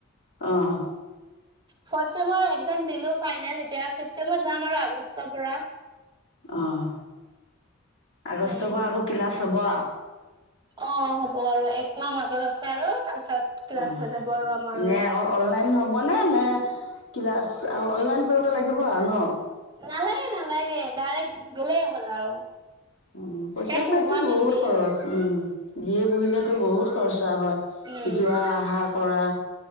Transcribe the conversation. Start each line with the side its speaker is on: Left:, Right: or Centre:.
Left: অঁ
Right: ফৰট চেমৰ একজাম দিলোঁ ফাইনেল এতিয়া নিশ্চয় মই যাম আৰু আগষ্টৰ পৰা।
Left: আহ আগষ্টৰ
Right: উম
Left: পৰা আকৌ কিলাচ হব
Right: অ হ'ব আৰু একমাহ মাজত আছে আৰু তাৰপিছত ক্লাছ
Left: অ
Right: হৈ যাব আৰু আমাৰো।
Left: এনে আকৌ অনলাইন হবনে নে ক্লাছ আৰু অনলাইন কৰিব লাগিব আৰু ন।
Right: নালাগে নালাগে ডাইৰেক্ট গ'লেই হ'ল আৰু।
Left: উম পইচা
Right: শেষ
Left: পাইতো
Right: নোহোৱালৈ
Left: বহুত
Right: বিয়া
Left: খৰচ উম। বি এ পঢ়িলেতো
Right: উম
Left: বহুত খৰচা হয়
Right: উম।
Left: যোৱা আহা কৰা